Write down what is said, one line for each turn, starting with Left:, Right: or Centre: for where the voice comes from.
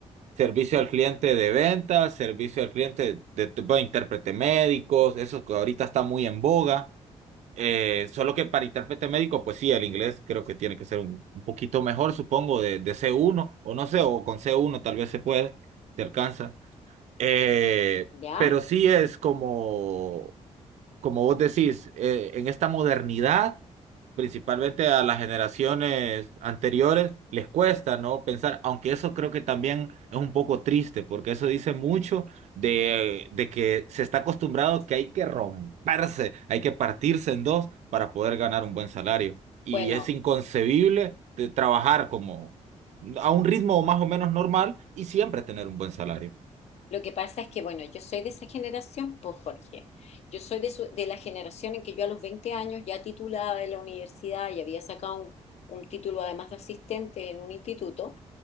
Right: servicio al cliente de ventas, servicio al cliente de, de- bueno, intérprete médicos, eso que ahorita está muy en boga. Eh, solo que para intérprete médico, pues sí, el inglés creo que tiene que ser un, un poquito mejor, supongo, de, de c uno o no sé, o con c uno tal vez se puede, se alcanza. Eh,
Left: ¿Ya?
Right: pero sí es como, como vos decís, eh, en esta modernidad, principalmente a las generaciones anteriores, les cuesta, ¿no? Pensar, aunque eso creo que también es un poco triste, porque eso dice mucho de, de que se está acostumbrado que hay que romperse, hay que partirse en dos para poder ganar un buen salario. Y
Left: Bueno,
Right: es inconcebible de trabajar como a un ritmo más o menos normal y siempre tener un buen salario,
Left: lo que pasa es que, bueno, yo soy de esa generación, pues Jorge. Yo soy de, su- de la generación en que yo a los 20 años, ya titulada de la universidad y había sacado un, un título además de asistente en un instituto,